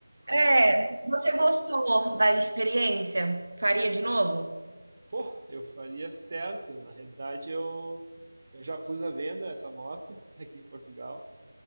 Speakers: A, on the right; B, on the right.
A: hum.
B: é, você gostou da experiência? Faria de novo?
A: Pô, eu faria certo. Na realidade, eu eu já pus à venda essa moto <laughs> aqui em Portugal